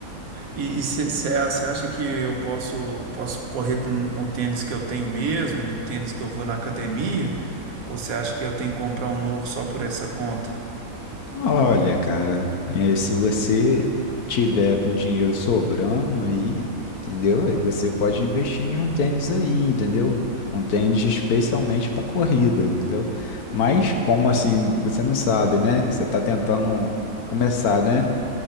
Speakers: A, on the right; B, on the left.
A: E você acha que eu posso, posso correr com o tênis que eu tenho mesmo, o tênis que eu vou na academia? Ou você acha que eu tenho que comprar um novo só por essa conta?
B: Olha, cara, é, se você tiver com dinheiro sobrando aí, entendeu? Aí você pode investir em um tênis aí, entendeu? Um tênis especialmente para corrida, entendeu? Mas como assim, você não sabe, né? Você tá tentando começar, né?